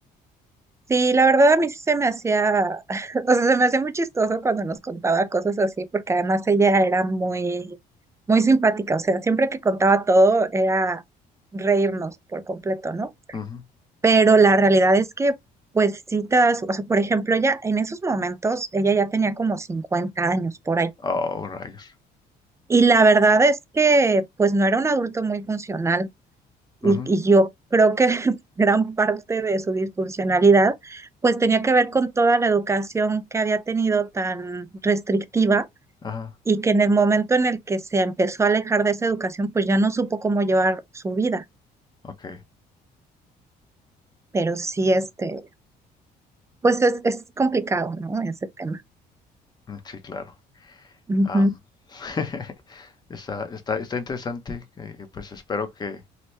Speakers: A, on the right; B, on the left.
A: Sí, la verdad a mí sí se me hacía, <laughs> o sea, se me hacía muy chistoso cuando nos contaba cosas así, porque además ella era muy, muy simpática, o sea, siempre que contaba todo era reírnos por completo, ¿no?
B: Ujú.
A: Pero la realidad es que, pues sí te das, o sea, por ejemplo, ella en esos momentos, ella ya tenía como 50 años por ahí.
B: Oh, rayos.
A: Y la verdad es que, pues no era un adulto muy funcional. Y,
B: Ujú.
A: y yo creo que <laughs> gran parte de su disfuncionalidad, pues tenía que ver con toda la educación que había tenido tan restrictiva
B: Ajá,
A: y que en el momento en el que se empezó a alejar de esa educación, pues ya no supo cómo llevar su vida.
B: ok.
A: Pero sí, este, pues es, es complicado, ¿no? Ese tema.
B: Mm, Sí, claro.
A: Ujú.
B: Am, <laughs> está, está, está interesante. eh, pues espero que,